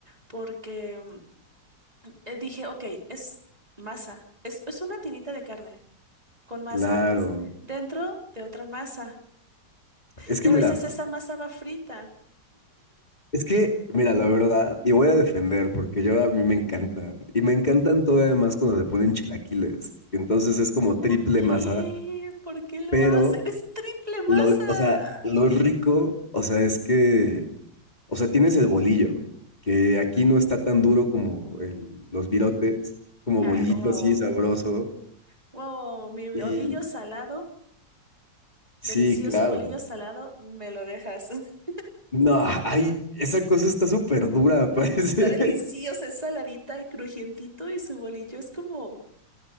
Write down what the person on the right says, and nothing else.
porque eh, dije, ok, es masa, es, es una tirita de carne con masa,
dentro de otra masa.
Y
a
veces esa masa va frita.
¿Por qué?
¿Por qué lo
hacen? Es triple masa.
Ah,
wow,
wow, mi bolillo
salado,
delicioso
bolillo salado, me lo dejas. <laughs>
Está delicioso, es saladita y crujientito y su bolillo es como